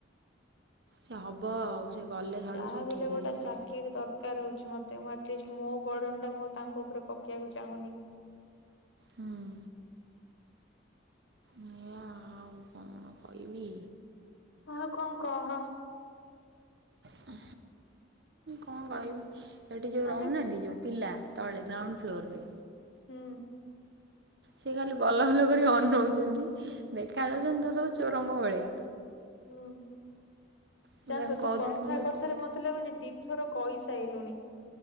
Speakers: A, on the right; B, on the left.
A: ସେ ହବ ଆଉ। ଗଲେ ସାଡ଼କୁ
B: ଯାହା
A: ସବୁ
B: ବି ହେଲେ
A: ଠିକ୍
B: ଗୋଟେ
A: ହେଇଯିବ।
B: ଚାକିରି ଦର୍ କାର ହଉଚି ମତେ ମୁଁ ଆଟଲିଷ୍ଟ ମୋ ବର୍ଡନ ଟା ମୁଁ ଆଉ ତାଙ୍କ ଉପରେ ପକେଇବାକୁ ଚାହୁଁନି।
A: ହଁ। ଏ ଆଉ କଣ କଇବି।
B: ହଁ ଆଉ କଣ କହ?
A: ହୁଁ କଣ କହିବି ଏଠି ଯୋଉ
B: ଆଜି
A: ରହୁନାହାନ୍ତି ଯୋଉ ପିଲା ତଳେ ଗ୍ରାଉଣ୍ଡ ଫ୍ଲୋର ରେ
B: ହୁଁ।
A: ସିଏ ଖାଲି ବଲ ବଲ କରି ଅନଉଚନ୍ତି ଦେଖାଯାଉଚନ୍ତି ତା ସବୁ ଚୋରଙ୍କ ଭଳିଆ।
B: ହୁଁ
A: ମୁଁ
B: ଜାଣିଚୁ
A: ତାଙ୍କୁ କହୁଥିଲି
B: ତୁ କଥା
A: ମୁଁ କହିଲି
B: କଥାରେ ମତ୍ ମତେ ଲାଗୁଚି ଦିଥର କଇସାଇଲୁଣି।